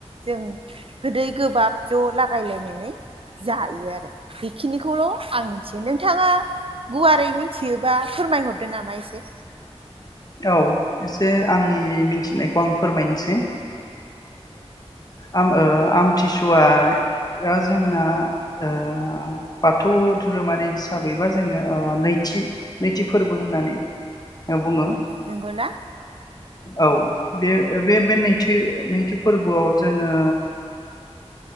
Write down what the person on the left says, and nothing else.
औ एसे आंनि मिथिनायखौ आं फोरमायनोसै। आम ओ आमथिसुवाया जोंना ओ बाथौ धोरोमारि हिसाबैबा जोङो ओ नैथि नैथि फोरबो होननानै बुङो।
औ बे बे नैथि नैथि फोरबोआव जोङो